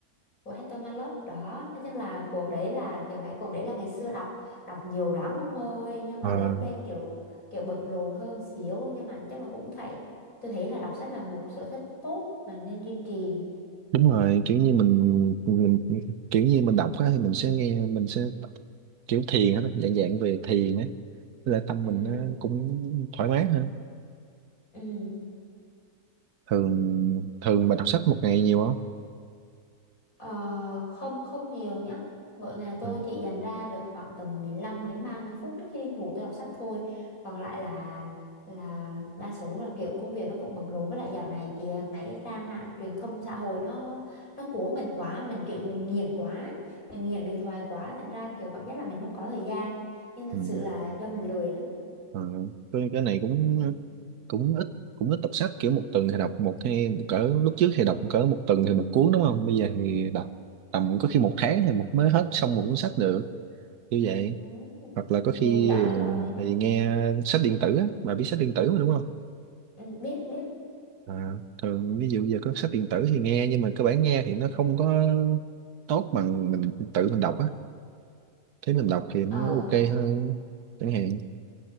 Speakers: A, on the left; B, on the right.
A: của Hector Malot đó nói chung là cuốn đấy là kiểu mấy cuốn đấy là ngày xưa đọc đọc nhiều lắm ông ơi nhưng mà
B: ờ
A: lớn lên kiểu kiểu bận rộn hơn xíu nhưng mà chắc là cũng phải tôi thấy là đọc sách là một sở thích tốt mà nên duy trì
B: đúng rồi kiểu như mình mình kiểu như mình đọc á thì mình sẽ nghe mình sẽ tập- kiểu thiền á dạng dạng về thiền á là tâm
A: ừ
B: mình nó cũng thoải mái hơn
A: ừ
B: thường thường bà đọc sách một ngày nhiều không
A: Ờ, không không nhiều nhá. Mỗi ngày tôi
B: ừ.
A: chỉ dành ra được khoảng tầm 15 đến 30 phút trước khi đi ngủ tôi đọc sách thôi. Còn lại là là đa số là kiểu công việc nó cũng bận rộn với lại dạo này kìa mấy cái trang mạng truyền thông xã hội nó nó cuốn mình quá, mình kiểu mình nghiện quá, mình nghiện điện thoại quá thành ra kiểu cảm giác là mình không có thời gian. Nhưng thực
B: Ừ.
A: sự là do mình lười nữa.
B: Ờ, cái cái này cũng
A: Ừ.
B: cũng ít cũng ít đọc sách kiểu một tuần thì đọc một hay cỡ lúc trước thì đọc cỡ một tuần thì một cuốn đúng không bây giờ thì đọc tầm có khi một tháng thì một mới hết xong một cuốn sách được như vậy
A: Ừ.
B: hoặc là có
A: Này
B: khi
A: giỏi rồi.
B: thì nghe sách điện tử á bà biết sách điện tử mà đúng không
A: Ừ, biết biết.
B: à, thường ví dụ giờ có sách điện tử thì nghe nhưng mà cơ bản nghe thì nó không có tốt bằng mình tự mình đọc á thế mình đọc thì nó
A: Ờ
B: ok hơn chẳng hạn